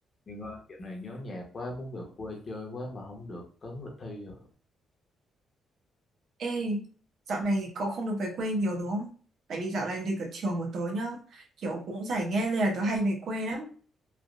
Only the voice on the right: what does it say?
Ê, dạo này cậu không được về quê nhiều đúng không? Tại vì dạo này lịch ở trường của tớ nhá, kiểu cũng giải nghe nên là tớ hay về quê lắm.